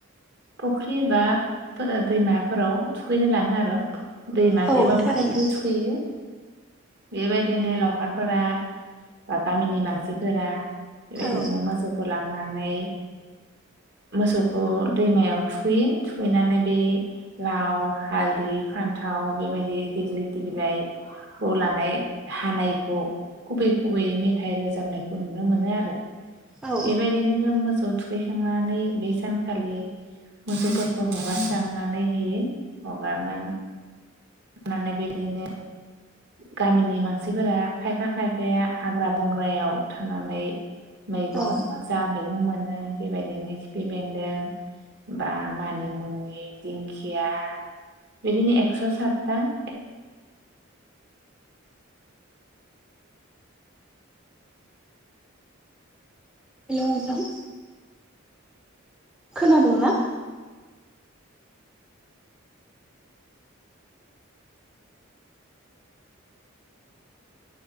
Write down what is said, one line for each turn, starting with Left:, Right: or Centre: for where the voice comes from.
Right: फुख्रि बा दैमाफोराव थुखैनो लाङो आरो दैमा
Centre: औ
Right: गैयाबाबो
Centre: थारैनो
Right: फख्रियाव थुखैयो बेबायदिनो लावखारफोरा बा गामिनि मानसिफोरा बेबायदिनो
Centre: औ
Right: मोसौखौ लां नानै मोसौखौ दैमायाव थुखैयो थुखैनानै बे लाव हालदै फान्थाव बेबायदि देग्लिथि बिलाइखौ लानाय हानायखौ खुबै खुबै मेथाइ रोजाबनायखौ नुनो मोनो आरो
Centre: औ
Right: बेबायदिनो मो सौ थुखैखांनानै बे सानखालि मोसौ खौ हगारस्रांनानै होयो हगारनानै नानै बेबायदिनो गामिनि मानसिफोरा खायफा खायफाया हाग्रा बंग्रायाव थांनानै मैगं
Centre: औ
Right: जा मैगं मोनो बेबायदिनो खिफि बेन्दों बा मानिमुनि दिंखिया बिदिनो एक्स' साथ था
Centre: हेलौ नोंथां खोनादोंना